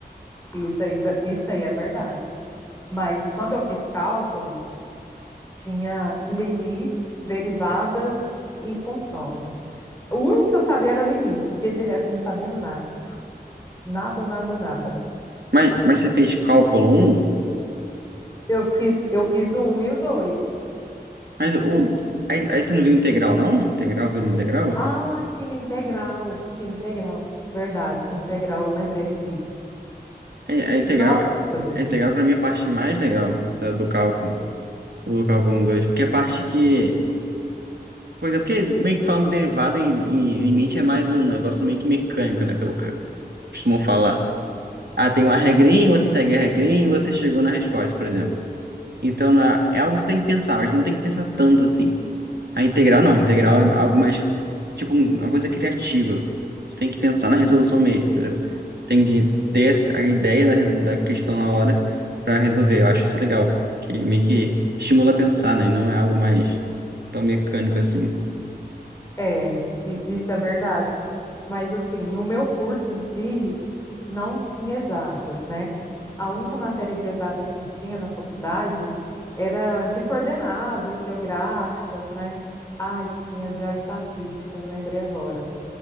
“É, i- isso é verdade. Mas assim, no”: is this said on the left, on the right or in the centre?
Left